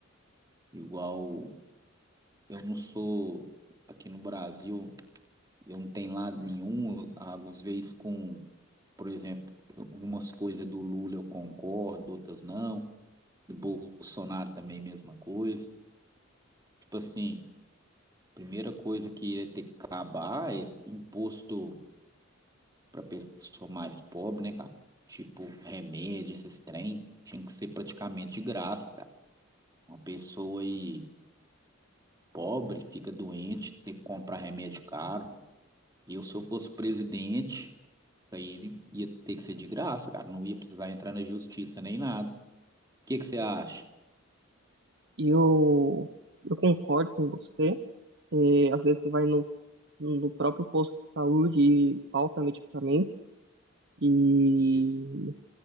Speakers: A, on the right; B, on the right.
A: Igual eu não sou aqui no Brasil, eu não tenho lado nenhum, às vezes com, por exemplo, algumas coisas do Lula eu concordo, outras não, do Bolsonaro também mesma coisa. Tipo assim, primeira coisa que ia ter que acabar é imposto para pessoa mais pobre, né, cara? Tipo, remédio, esses trem, tinha que ser praticamente de graça, cara. Uma pessoa aí pobre fica doente, tem que comprar remédio caro. E eu, se eu fosse presidente, isso aí ele ia ter que ser de graça, cara. Não ia precisar entrar na justiça nem nada. O que que você acha?
B: E eu, eu concordo com você. É, às vezes você vai no, no próprio posto de saúde e falta medicamento. E,
A: Isso.